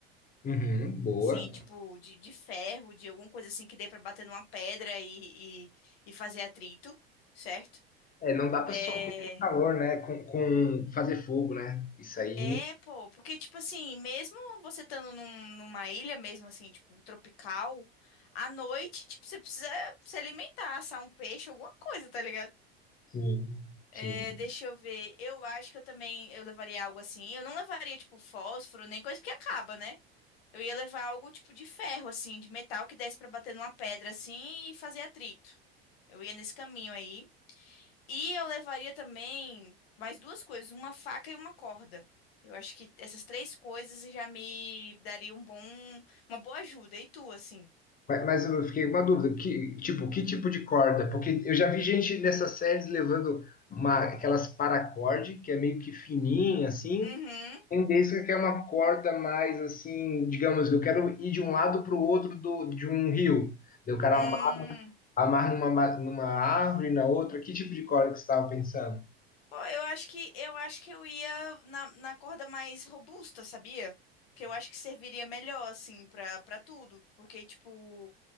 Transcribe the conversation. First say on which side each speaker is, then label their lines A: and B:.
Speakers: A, on the left; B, on the left.
A: Uhum, boa.
B: Sim, tipo, de, de ferro, de alguma coisa assim que dê pra bater numa pedra e, e, e fazer atrito, certo?
A: É, não dá pra
B: É,
A: só ter calor, né? Com, com fazer fogo, né? Isso aí.
B: É, pô, porque, tipo assim, mesmo você estando num- numa ilha, mesmo assim, tipo, tropical, à noite, tipo, você precisa se alimentar, assar um peixe, alguma coisa, tá ligado?
A: Sim, sim.
B: É, deixa eu ver, eu acho que eu também, eu levaria algo assim, eu não levaria, tipo, fósforo, nem coisa que acaba, né? Eu ia levar algo, tipo, de ferro, assim, de metal que desse pra bater numa pedra, assim, e fazer atrito. Eu ia nesse caminho aí. E eu levaria também mais duas coisas, uma faca e uma corda. Eu acho que essas três coisas já me daria um bom, uma boa ajuda. E tu, assim?
A: Mas, mas eu fiquei com uma dúvida. Que, tipo, que tipo de corda? Porque eu já vi gente nessas séries levando uma, aquelas paracorde, que é meio que fininha, assim,
B: Uhum.
A: Tendência que é uma corda mais assim, digamos, eu quero ir de um lado para o outro do, de um rio. Daí o cara
B: Hum.
A: ama- amarra numa, ma- numa árvore, na outra. Que tipo de corda que você estava pensando?
B: Pô, eu acho que eu acho que eu ia na, na corda mais robusta, sabia? Que eu acho que serviria melhor, assim, pra, pra tudo. Porque, tipo,